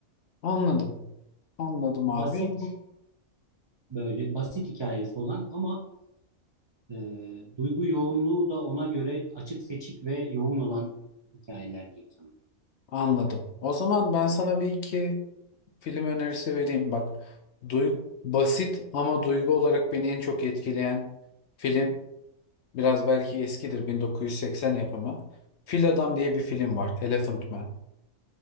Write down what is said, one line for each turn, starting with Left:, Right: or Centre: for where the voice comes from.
Left: Anladım.
Right: E,
Left: Anladım abi.
Right: basit
Left: Bu-
Right: böyle basit hikayesi olan ama e, duygu yoğunluğu da ona göre açık seçik ve yoğun olan hikayeler diyeyim sana.
Left: Anladım. O zaman ben sana bir iki film önerisi vereyim. Bak, duy- basit ama duygu olarak beni en çok etkileyen film biraz belki eskidir 1980 yapımı. Fil Adam diye bir film var. Elephant Man.